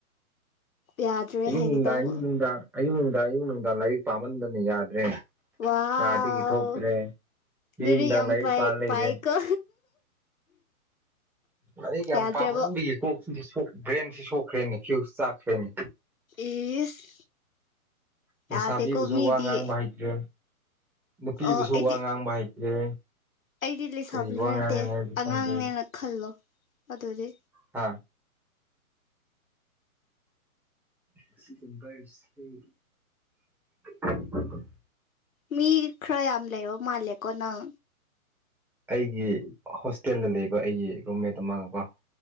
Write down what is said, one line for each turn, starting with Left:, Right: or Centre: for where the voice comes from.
Left: ꯌꯥꯗ꯭ꯔꯦ
Centre: ꯑꯌꯨꯛ
Left: ꯍꯥꯏꯒꯦ
Centre: ꯅꯨꯡꯗꯥꯡ
Left: ꯇꯧꯕ
Centre: ꯑꯌꯨꯛ ꯅꯨꯡꯗꯥꯡ ꯑꯌꯨꯛ ꯅꯨꯡꯗꯥ ꯑꯌꯨꯛ ꯅꯨꯡꯗꯥꯡ ꯂꯥꯏꯔꯤꯛ ꯄꯥꯝꯃꯟꯗꯅ ꯌꯥꯗ꯭ꯔꯦ
Left: ꯋꯥꯎ
Centre: ꯀꯥꯗꯒꯤ ꯊꯣꯛꯇ꯭ꯔꯦ ꯑꯌꯨꯛ
Left: ꯑꯗꯨꯗꯤ
Centre: ꯅꯨꯡꯗꯥꯡ
Left: ꯌꯥꯝ
Centre: ꯂꯥꯏꯔꯤꯛ
Left: ꯄꯥꯏ
Centre: ꯄꯥ ꯂꯩꯔꯦ
Left: ꯄꯥꯏꯀꯣ
Centre: ꯂꯔꯤꯛ ꯌꯥꯝ
Left: ꯌꯥꯗ꯭ꯔꯦꯕꯣ
Centre: ꯄꯥꯝꯃꯟꯕꯒꯤ ꯀꯣꯛ ꯕ꯭ꯔꯦꯟꯁꯤ ꯁꯣꯛꯈ꯭ꯔꯦꯅꯦ ꯐꯤꯌꯨꯁ ꯆꯥꯛꯈ꯭ꯔꯦꯅꯦ
Left: ꯏꯁ
Centre: ꯂꯩꯩꯁꯥꯕꯤꯕꯨꯁꯨ
Left: ꯌꯥꯗꯦꯀꯣ ꯃꯤꯗꯤ
Centre: ꯋꯥ ꯉꯥꯡꯕ ꯍꯩ ꯅꯨꯄꯤꯕꯨꯁꯨ
Left: ꯑꯣ ꯑꯩꯗꯤ
Centre: ꯋꯥ ꯉꯥꯡꯕ ꯍꯩꯇ꯭ꯔꯦ
Left: ꯑꯩꯗꯤ ꯂꯩꯁꯥꯕꯤ
Centre: ꯀꯔꯤ ꯋꯥ
Left: ꯅꯠꯇꯦ
Centre: ꯉꯥꯡꯉꯅꯤ ꯍꯥꯏꯕꯗꯤ ꯈꯪꯗꯦ
Left: ꯑꯉꯥꯡꯅꯦꯅ ꯈꯜꯂꯣ ꯑꯗꯨꯗꯤ
Centre: ꯍꯥ <unintelligible>
Left: ꯃꯤ ꯈꯔ ꯌꯥꯝ ꯂꯩꯕꯣ ꯃꯥꯂꯦꯀꯣ ꯅꯪ
Centre: ꯑꯩꯒꯤ ꯍꯣꯁꯇꯦꯜꯗ ꯂꯩꯕ ꯑꯩꯒꯤ ꯔꯨꯝꯃꯦꯠ ꯑꯃꯒ ꯀꯣ